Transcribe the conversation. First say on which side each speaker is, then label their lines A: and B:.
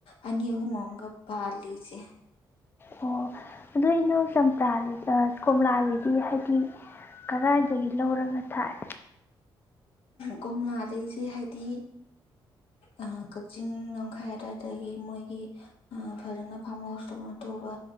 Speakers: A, on the left; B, on the left.
A: ꯑꯅꯤ ꯑꯍꯨꯝ ꯑꯝꯒ ꯄꯥꯜꯂꯤ ꯏꯆꯦ
B: ꯑꯣ ꯍꯧꯅꯧ ꯆꯝꯄ꯭ꯔꯥ ꯀꯣꯝꯂꯥꯒꯤꯗꯤ ꯍꯥꯏꯗꯤ ꯀꯗꯥꯏꯗꯒꯤ ꯂꯧꯔꯒ ꯊꯥꯏ
A: ꯀꯣꯝꯂꯥꯖꯦ ꯏꯆꯦ ꯍꯥꯏꯗꯤ ꯑꯥ ꯀꯥꯛꯆꯤꯡ ꯂꯝꯈꯥꯏ ꯑꯗꯨꯋꯥꯏꯗꯒꯤ ꯃꯣꯏꯒꯤ ꯎꯝ ꯐꯖꯅ ꯐꯥꯝꯍꯥꯎꯁ ꯇꯧꯅ ꯇꯧꯕ